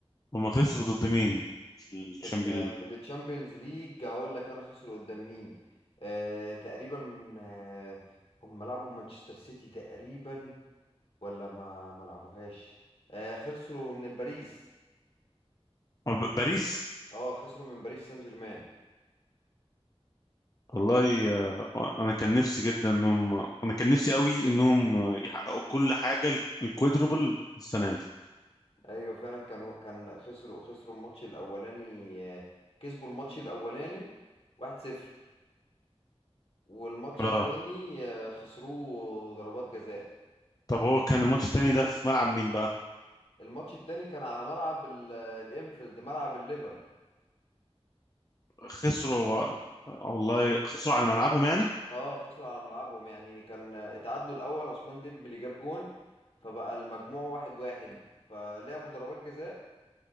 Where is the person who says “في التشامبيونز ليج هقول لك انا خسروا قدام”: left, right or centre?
Left